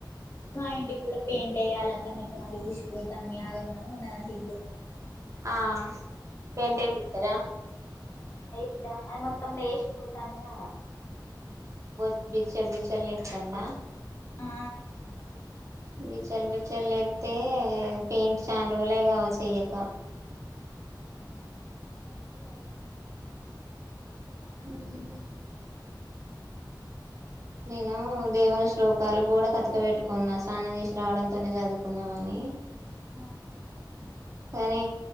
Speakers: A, on the left; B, on the right.
A: మా ఇంటికి కూడా పెయింట్ ఎయ్యాల అంత మొత్తం అది ఊసిపోతాంది ఆగమాగం ఉన్నదంత ఇల్లు
B: ఆ పెయింట్ ఎపిత్తరా
A: ఆ ఏపిదం అది మొత్తం లేష్ పోతంది కాదక్కా
B: బొత్ బిచల్ బిచల్ లేతందా
A: ఆ
B: బిచల్ బిచల్ చల్ లేతే పెయింట్ చాన్ రోజులయే కావచ్చు ఎయ్యక
A: ఊ అందుకే కావచ్చు మరి
B: ఊహు నేను దేవుని శ్లోకాలు గోడ కతక పెట్టుకున్నా స్నానం చేసి రావడంతోనే చదువుకుందామని.
A: ఆ
B: కానీ